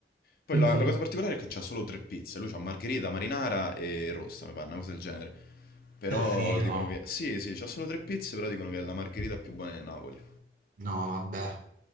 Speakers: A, on the left (about 55°); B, on the right (about 45°).
A: Poi
B: Mhm.
A: la, la cosa particolare è che c'ha solo tre pizze, lui c'ha margherita, marinara e rossa, mi pare, una cosa del genere. Però
B: Davvero?
A: dicono che, sì, sì, c'ha solo tre pizze, però dicono che è la margherita più buona di Napoli.
B: No, vabbè,